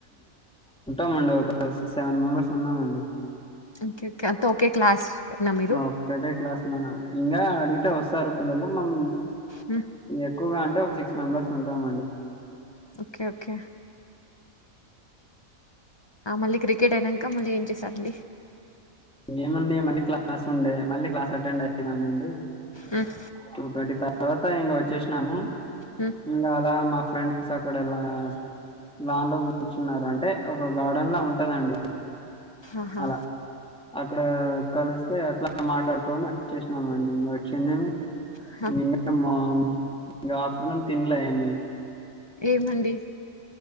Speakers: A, in the centre; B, on the left.
A: ఉంటామండి ఒక సిక్ సెవెన్ మెంబర్స్ ఉన్నామండి
B: ఓకే ఓకే అంత ఓకే క్లాస్ నా మీరు
A: ఒకడే క్లాస్ మా ఇంకా అడిగితే వస్తారు పిల్లలు మం
B: మ్మ్.
A: ఎక్కువగా అంటే ఒక సిక్స్ మెంబర్స్ ఉంటామండి
B: ఓకే ఓకే ఆ మళ్ళీ క్రికెట్ అయినాక మళ్ళీ ఏం చేసారండి
A: ఏముంది మళ్ళీ క్లాస్ ఉండే మళ్ళీ క్లాస్ అటెండ్ అయినామండి
B: మ్మ్,
A: టూ ట్వంటీ తర్వాత ఇక వచ్చేసినాము
B: మ్మ్.
A: ఇంకా అలా మా ఫ్రెండ్స్ అక్కడలా లాన్ లో కూర్చున్నారు అంటే ఒక గార్డెన్లా ఉంటదండి
B: ఆహా
A: అలా అక్కడ కలిస్తే అట్లా మాట్లాడుకోని వచ్చేసినామండి వచ్చిందేమి
B: ఆహా.
A: <unintelligible> ఇంకా ఆఫ్టర్నూన్ తినల ఏమి
B: ఏమండి